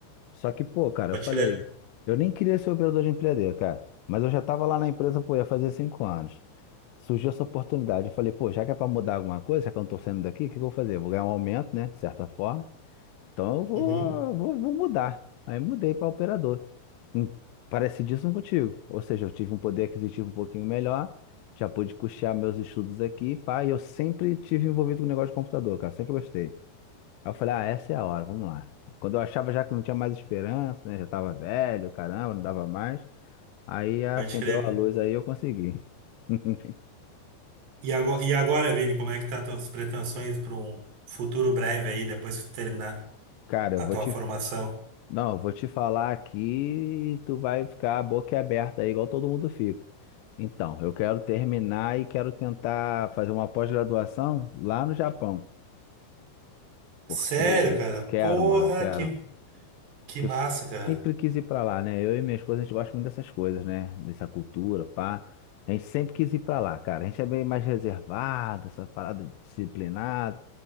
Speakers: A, on the left; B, on the right.
A: Só que, pô, cara,
B: Pode
A: eu falei,
B: crer.
A: eu nem queria ser operador de empilhadeira, cara. Mas eu já tava lá na empresa, pô, ia fazer cinco anos. surgiu essa oportunidade. Eu falei, pô, já que é para mudar alguma coisa, já que eu não tô saindo daqui, o que que eu vou fazer? Eu Vou ganhar um aumento, né? De certa forma. Então eu vou,
B: Uhum,
A: vou, vou mudar. Aí mudei para operador. Hum, Parecidíssimo contigo. Ou seja, eu tive um poder aquisitivo um pouquinho melhor, já pude custear meus estudos aqui, pá, e eu sempre tive envolvido com negócio de computador, cara, sempre gostei. Aí eu falei, ah, essa é a hora, vamos lá. Quando eu achava já que não tinha mais esperança, né? Já tava velho, caramba, não dava mais. Aí acendeu
B: pode crer,
A: a
B: cara.
A: luz, aí eu consegui. <laughs>
B: E agora, e agora, Vini, como é que tá as tuas pretensões para um futuro breve aí, depois que tu terminar
A: Cara,
B: a
A: eu vou
B: tua
A: te,
B: formação?
A: Não, eu vou te falar aqui, tu vai ficar boquiaberta aí, igual todo mundo fica. Então, eu quero terminar e quero tentar fazer uma pós-graduação lá no Japão, porque
B: Sério, cara?
A: quero,
B: Porra,
A: mano, quero.
B: que, que
A: Que
B: massa,
A: eu
B: cara.
A: sempre quis ir pra lá, né? Eu e minha esposa, a gente gosta muito dessas coisas, né? Dessa cultura, pá. A gente sempre quis ir pra lá, cara. A gente é bem mais reservado, essa parada disciplinada.